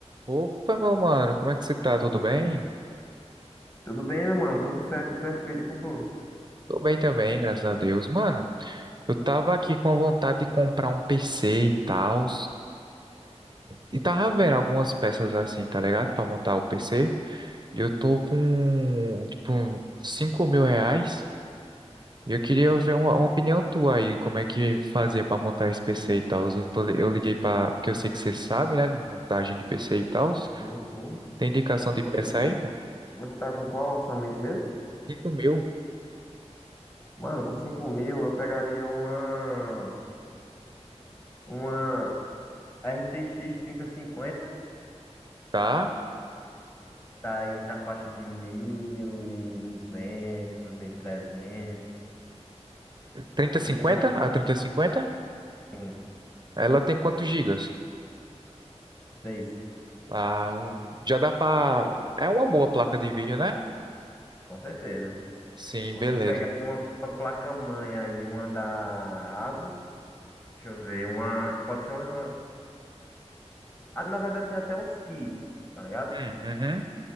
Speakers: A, on the right; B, on the left.
A: Opa, meu mano, como é que você tá? Tudo bem?
B: Tudo bem, meu mano? Tudo certo, tranquilo, e com tu?
A: Tô bem também, graças a Deus. Mano, eu tava aqui com a vontade de comprar um PC e tal, e tava vendo algumas peças assim, tá ligado? Pra montar o PC. E eu tô com, tipo, cinco mil reais. E eu queria ver uma, uma opinião tua aí, como é que fazia pra montar esse PC e tal. Eu, tô li- eu liguei pra, porque eu sei que você sabe, né, de montagem de PC e tal.
B: Sim, sim.
A: Tem indicação de
B: Você,
A: peça aí, mano?
B: você tá com qual orçamento mesmo?
A: Cinco mil,
B: Mano, com 5 mil eu pegaria uma, uma RTX cinquenta
A: tá?
B: tá aí entre a faixa de mil mil e duzentos mil e trezentos
A: 3050,
B: Investiria,
A: a trinta e cinquenta
B: sim,
A: ela tem quantos gigas?
B: seis
A: Ah, já dá pra. É uma boa placa de vídeo, né?
B: com certeza.
A: Sim,
B: Você
A: beleza.
B: pegaria uma, uma placa-mãe aí, uma da Asus, deixa eu ver, uma, pode ser uma, uma- ah, na verdade tem até uns kits, tá ligado?
A: Hum, uhum.